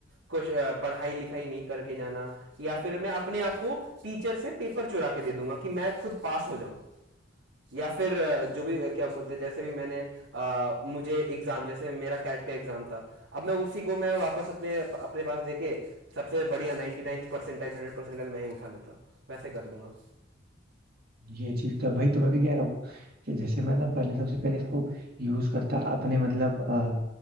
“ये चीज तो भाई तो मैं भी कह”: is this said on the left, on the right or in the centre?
Right